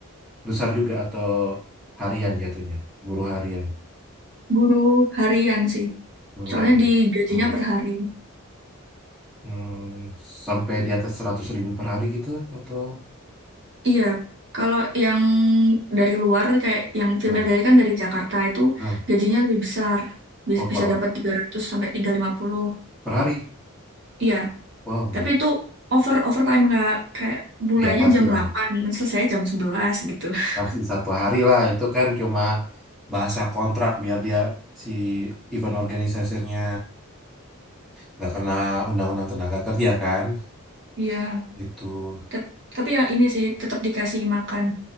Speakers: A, in the centre; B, on the right (about 55°).
A: besar juga atau harian jatuhnya? Buruh harian.
B: Buruh harian sih,
A: Buruh
B: soalnya
A: harian.
B: digajinya
A: Ah,
B: per hari.
A: hmm, sampai di atas seratus ribu per hari gitu atau?
B: Iya, kalau yang dari luar kayak yang
A: Nah,
B: female dari kan dari Jakarta itu
A: nah.
B: gajinya lebih besar. Bis-
A: Oh,
B: Bisa
A: kalau
B: dapat 300 sampai 350.
A: per hari?
B: Iya,
A: Wow, man.
B: tapi itu over overtime nggak kayak mulainya
A: Ya pastilah.
B: jam 8, selesai jam 11 gitu.
A: Pasti
B: <laughs>
A: satu hari lah. Itu kan cuma bahasa kontrak biar dia si event organisasinya nggak kena undang-undang tenaga kerja kan.
B: Iya,
A: gitu.
B: tep- tapi ya ini sih tetap dikasih makan.